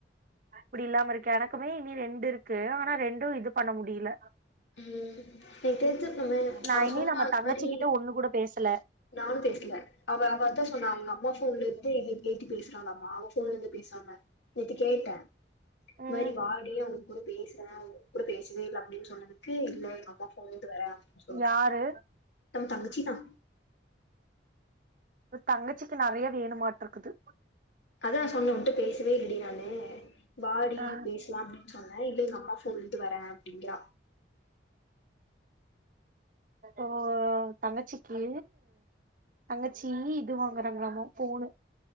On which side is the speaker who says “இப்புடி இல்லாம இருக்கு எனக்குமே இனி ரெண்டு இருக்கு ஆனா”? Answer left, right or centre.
Right